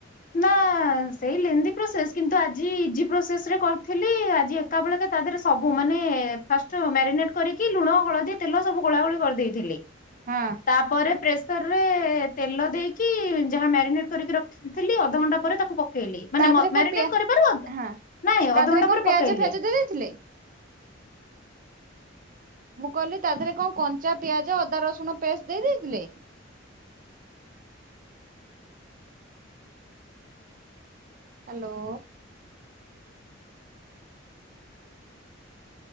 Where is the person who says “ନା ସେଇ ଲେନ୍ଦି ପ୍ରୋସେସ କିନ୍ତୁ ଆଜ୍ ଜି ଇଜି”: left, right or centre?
Left